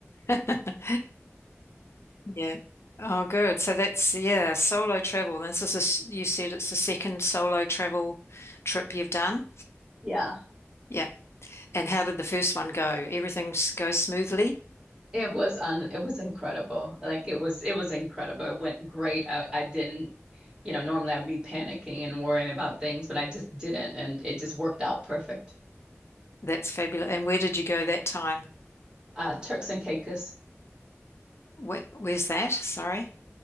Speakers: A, on the left (about 60°); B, on the right (about 15°).
A: <laughs> Yeah. Oh, good. So that's, yeah, solo travel. This is a, s- you said it's the second solo travel trip you've done.
B: Yeah,
A: Yeah. And how did the first one go? Everything s- goes smoothly?
B: it was un it was incredible. Like it was it was incredible. It went great. I I didn't, you know, normally I'd be panicking and worrying about things, but I just didn't, and it just worked out perfect.
A: That's fabulous. And where did you go that time?
B: Uh, Turks and Caicos.
A: Where, where's that? Sorry.